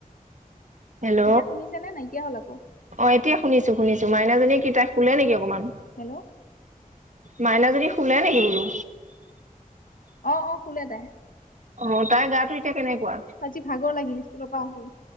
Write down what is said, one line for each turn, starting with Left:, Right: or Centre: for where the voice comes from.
Right: হেল্ল'
Left: এতিয়া শুনিছে নে নাইকিয়া হ'ল আকৌ?
Right: অ' এতিয়া শুনিছো শুনিছো, মাইনাজনী কি তাই শুলে নেকি অকণমান?
Left: হেল্ল'
Right: মাইনাজনী শুলে নেকি বোলো?
Left: অ' অ' শুলে তাই।
Right: অ' তাইৰ গাটো এতিয়া কেনেকুৱা?
Left: আজি ভাগৰ লাগিল স্কুলৰ পৰা আহি।